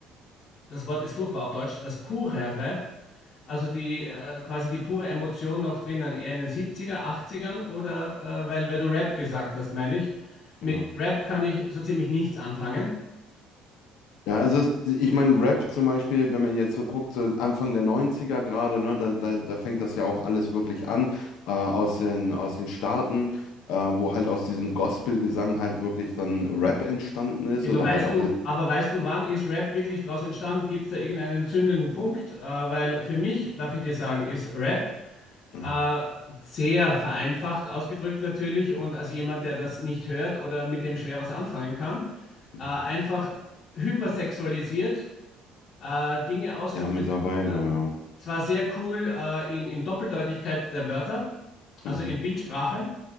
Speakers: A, on the left; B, on the left.
A: das Wort ist furchtbar auf Deutsch, das Purere, also die äh, quasi die pure Emotion noch drinnen, eher in den 70er, 80ern oder äh, weil, weil du Rap gesagt hast, meine ich. Mit
B: ja.
A: Rap kann ich so ziemlich nichts anfangen.
B: Ja, also ich meine, Rap zum Beispiel, wenn man jetzt so guckt, so Anfang der Neunziger gerade, ne, da, da, da fängt das ja auch alles wirklich an, äh, aus den, aus den Staaten, äh, wo halt aus diesem Gospel-Gesang halt wirklich dann Rap entstanden ist
A: Ja,
B: oder
A: Aber weißt
B: halt auch
A: du,
B: in,
A: aber weißt du, wann ist Rap wirklich daraus entstanden? Gibt es da irgendeinen zündenden Punkt? Äh, weil für mich, darf ich dir sagen, ist Rap
B: Mhm,
A: äh, sehr vereinfacht ausgedrückt natürlich und als jemand, der das nicht hört oder mit dem schwer was anfangen kann,
B: mhm.
A: äh, einfach hypersexualisiert, äh, Dinge auszudrücken.
B: ja, mittlerweile,
A: Äh,
B: ja.
A: zwar sehr cool äh, in, in Doppeldeutigkeit der Wörter, also
B: Mhm.
A: in Bildsprache.